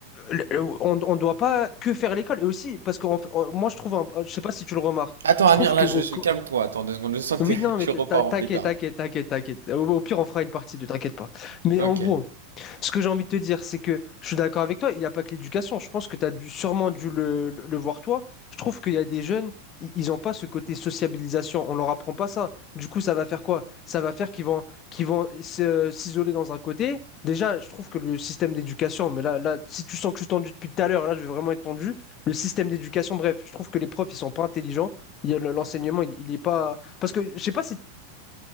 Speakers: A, on the left; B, on the right.
A: le- le- on ne doit pas que faire l'école. Et aussi, parce que moi, je trouve, un- je sais pas si tu le remarques,
B: Attends,
A: je
B: Amir,
A: trouve que...
B: là,
A: au
B: je, je-
A: co-
B: calme-toi. Attends deux secondes. Je sens
A: oui,
B: que t'es-
A: non,
B: <laughs>
A: mais
B: tu
A: t'as-
B: repars
A: t'inquiète,
B: en pétard.
A: t'inquiète, t'inquiète, t'inquiète. Au, au pire, on fera une partie de t'inquiète pas. Mais
B: Ok.
A: en gros, Ce que j'ai envie de te dire, c'est que je suis d'accord avec toi, il n'y a pas que l'éducation. Je pense que tu as dû, sûrement dû le, le- le voir toi. Je trouve qu'il y a des jeunes, i- ils n'ont pas ce côté sociabilisation. On leur apprend pas ça. Du coup, ça va faire quoi? Ça va faire qu'ils vont, qu'ils vont se- s'isoler dans un côté. Déjà, je trouve que le système d'éducation, mais là, là, si tu sens que je suis tendu depuis tout à l'heure, là, je vais vraiment être tendu. Le système d'éducation, bref, je trouve que les profs, ils sont pas intelligents. Il y a le- L'enseignement, il, il est pas. Parce que je sais pas si